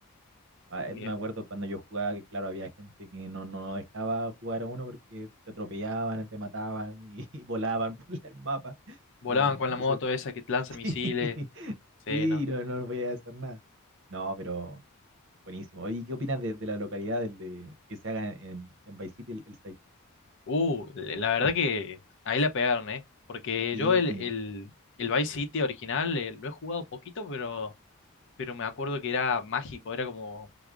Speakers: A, on the right; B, on the left.
A: Ah,
B: eh,
A: eh, Me acuerdo cuando yo jugaba que, claro, había gente que no, no dejaba jugar a uno porque te atropellaban, te mataban y, <laughs> y volaban por el mapa.
B: volaban
A: Y
B: con la
A: no
B: moto
A: sé,
B: esa que lanza
A: <laughs>
B: misiles.
A: sí,
B: Sí,
A: sí,
B: no.
A: no, no voy a hacer nada. No, pero buenísimo. Oye, ¿qué opinas de, de la localidad del de, que se haga en, en Vice City el, el 6?
B: Uh, la verdad que ahí la pegaron, ¿eh? Porque
A: Sí,
B: yo el, el, el Vice City original eh, lo he jugado poquito, pero pero me acuerdo que era mágico, era como